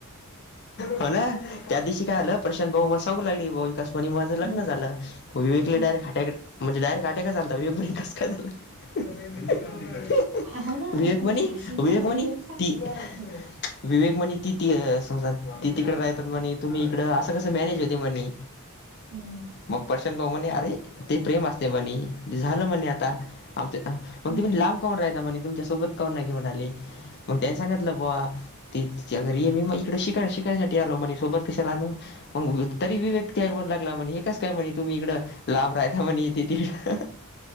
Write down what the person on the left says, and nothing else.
हो ना. त्या दिवशी काय आलं. प्रशांत भाऊ मला सांगू लागले, भाऊ विकास म्हणे माझं लग्न
झालं. विवेक
डारेट हट्या म्हणजे डायरेक्ट अटॅकच आलता. विवेक म्हणे, कस काय झालं? <unintelligible>
विवेकमणी,
विवेकमणी
विवेक
म्हणे ति त समज त तिकडे राहतात म्हणे तुम्ही इकडं असं कसं मॅनेज होते म्हणे.
मग प्रशांत भाऊ म्हणे, अरे ते प्रेम असते म्हणे. झालं म्हणे आता. आम त म्हणे
तुम्ही लांब कान राहता म्हणे, तुमच्यासोबत कान घेऊन आले. मग त्यानी सांगितलं बा. ती तिच्या घरीये. मी इकडे शिका शिकायसाठी आलो म्हणे सोबत कशाला आणू. मग री विवेक त्याला बोलू लागला, म्हणे हे कसं काय म्हणे तुम्ही इकडं लांब राहिता म्हणे, ती तिकडं